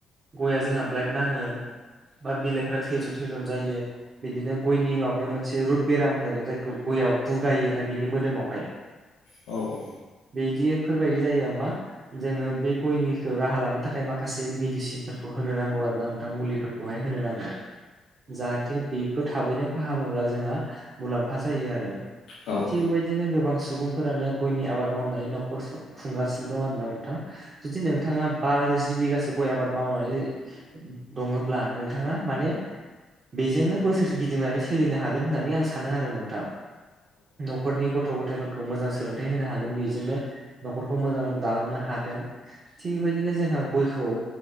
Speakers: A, on the right; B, on the left.
A: गयआ जोंहा ब्लाइट नाङो बा बिलाइफ्रा थैद्रुम थैद्रोम जायो बिदिनो गयनि गां बेयाव मोनसे रुद बेराम होनाय दं जायखौ गयाव बुगायो ना बिनि मोदोमावहाय
B: औ औ
A: बिदिफोरबायदि जायोबा मा जोङो बे गयनिखौ राहा लानो थाखाय माखासे मेदिसिन होनोांगौ आरोना नोंथां मुलिफोरखौहाय होनो नांगोन जाहाथे बे बेखौ थाबैनो फाहामोब्ला जोंहा मुलाम्फा जायो आरो
B: औ
A: थिग बेबायदिनो गोबां सुबुंफोरानो गयनि आबाद मावनानै नखर खुंगासिनो दं आरोना नों थां जुदि नोंथाङा बा जि बिघासो गय आबाद मावनानै दङब्ला नोंथाङा माने बेजोंनो बोसोरसे गिदिंनानै सोलिनो हागोन होननानै आं सानो आरो नोंथां न'खरनि गथ' गथायफोरखौ खौ मोजां सोलोंथाइ होनो हागोन बेजोंनो न'खरखौ मोजां दालांनो हागोन थिग बेबायदिनो जोंहा गयखौ